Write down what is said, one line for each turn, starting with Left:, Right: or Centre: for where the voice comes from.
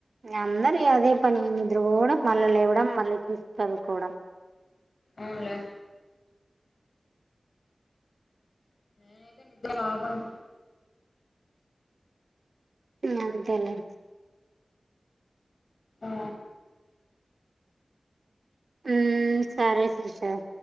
Right: అందరు అదే పని నిద్రపోవడం మళ్ళ లేవడం మళ్ళీ చూసి చదువుకోవడం
Left: అవునులే నేనైతే నిద్ర ఆపను
Right: అంతేలే
Left: ఆ
Right: హ్మ్ సరే సిస్టర్